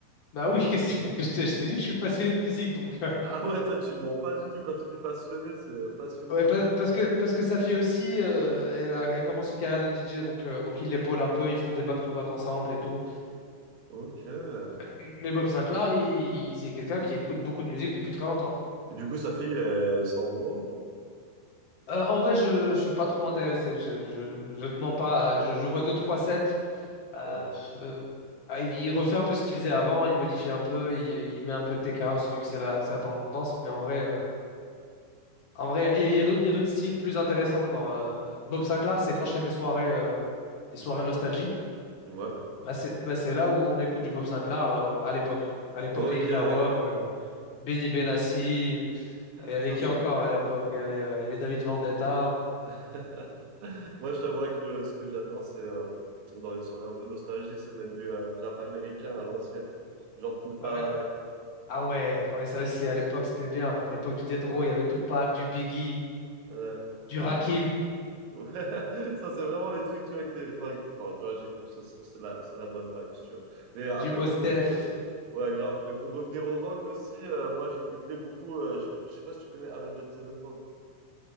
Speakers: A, on the left (about 55°); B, on the right (about 75°).
A: Bah oui, <laughs> qu'est-ce que- je t'ai je t'ai dit que je suis passionné de musique, donc euh,
B: Ah ouais, toi, tu mens pas du tout. Quand tu dis passionné, c'est euh, passionné
A: ouais
B: à
A: pa-
B: fond.
A: parce que parce que sa fille aussi, euh, elle, a- elle commence une carrière de DJ, donc euh, donc il l'épaule un peu, ils font des back-to-back ensemble et tout.
B: Ok. Et
A: M- Mais Bob Sinclair, il, il- c'est quelqu'un qui écoute beaucoup de musique depuis très longtemps.
B: du coup, sa fille, elle s'envoie ou pas?
A: Euh, en vrai, je, je suis pas trop intéressé. Je, je, je te mens
B: Ok.
A: pas. Je, je vois deux trois sets. Euh,
B: Ouais.
A: euh, ah, il refait un peu ce qu'il faisait avant, il modifie un peu, il, il met un peu de tech house vu que c'est la, c'est la tendance. Mais en vrai, euh, en vrai, il y a, il y a d'autres il y a d'autres styles plus intéressants maintenant. Euh, Bob Sinclair, c'est quand je fais mes soirées, euh, les soirées nostalgie,
B: Ouais.
A: bah c'est bah c'est là où on écoute du Bob Sinclair euh, à l'époque. À l'époque
B: Ok,
A: de Yves Larocque,
B: d'accord.
A: euh, Benny Benassi, il y avait
B: Ça,
A: qui
B: c'est.
A: encore à l'époque? Il y avait, euh, il y avait David Vendetta.
B: <laughs> Moi, je t'avouerais que le, ce que j'adore, c'est euh, dans les soirées un peu nostalgie, c'est mettre du euh, rap américain à l'ancienne. Genre Tupac,
A: Ah ouais, ah ouais, ah
B: Biggie,
A: ouais, ça aussi,
B: du
A: à l'époque,
B: Snoop,
A: c'était bien. À L'époque du Détro,
B: tu vois,
A: il y avait Tupac,
B: ce genre de
A: du
B: truc.
A: Biggie,
B: Ouais.
A: du Rakim,
B: Ouais, <laughs> ça c'est vraiment les trucs tu vois que t'es enfin, que- enfin, tu vois j'ai- ça, c'est c'est la c'est la bonne vibe si tu vois mais euh,
A: du
B: après
A: Mos
B: pour
A: Def.
B: revenir ouais grave mais pour revenir au rock aussi euh, moi j'écoutais beaucoup euh, je je sais pas si tu connais Avenged Sevenfold